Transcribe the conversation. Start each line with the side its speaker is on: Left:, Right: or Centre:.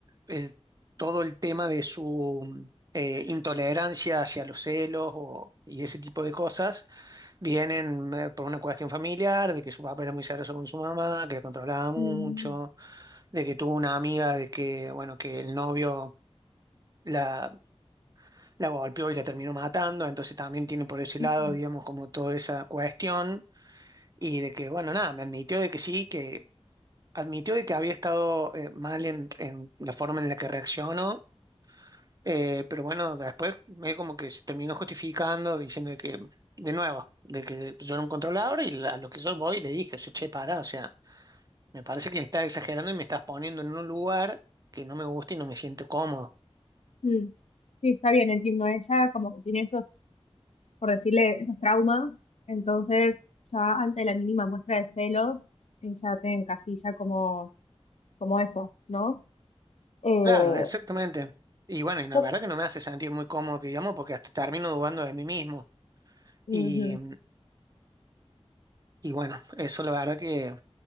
Right: el- todo el tema de su eh, intolerancia hacia los celos o- y ese tipo de cosas vienen eh, por una cuestión familiar, de que su papá era muy celoso con su mamá, que la controlaba mucho,
Left: Mm,
Right: de que tuvo una amiga de que, bueno, que el novio la, la golpeó y la terminó matando, entonces también tiene por ese
Left: mm,
Right: lado, digamos, como toda esa cuestión. Y de que, bueno, nada, me admitió de que sí, admitió de que había estado eh, mal en, en la forma en la que reaccionó, eh, pero bueno, después medio como que se terminó justificando, diciendo de que, de nuevo, de que yo era un controlador y la- a lo que yo voy le dije, o sea, che, para, o sea, me parece que me estás exagerando y me estás poniendo en un lugar que no me gusta y no me siento cómodo.
Left: mm. Sí, está bien, entiendo. Ella como que tiene esos, por decirle, esos traumas. Entonces, ya ante la mínima muestra de celos, ella te encasilla como, como eso, ¿no? Eh,
Right: Claro, exactamente. Y bueno, y la
Left: yo
Right: verdad que no me hace sentir muy cómodo, que digamos, porque hasta termino dudando de mí mismo.
Left: Ujú.
Right: Y, y bueno, eso la verdad que